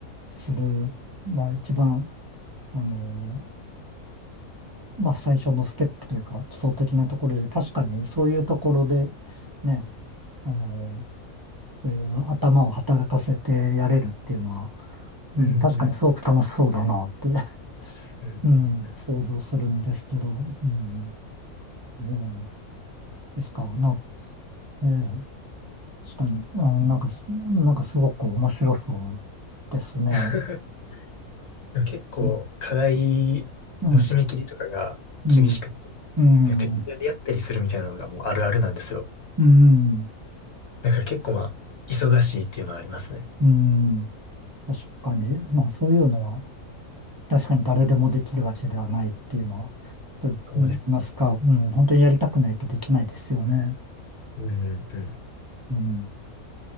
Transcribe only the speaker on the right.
する、まあ一番、あの、まあ最初のステップというか、基礎的なところで、確かにそういうところで、ね、あのそういう頭を働かせてやれるっていうのは、うん、
確かにすごく楽しそうだなって、<laughs>
うん、想像するんですけど、うん、そうですか、な、ええ確かに、あ、なんかす、なんかすごく面白そうですね。
<laughs> うん、うん、うん、
うん、
うん、確かに、まあそういうのは、確かに誰でもできるわけではないっていうのは、と言いますか、
うん、本当にやりたくないとできないですよね。
うん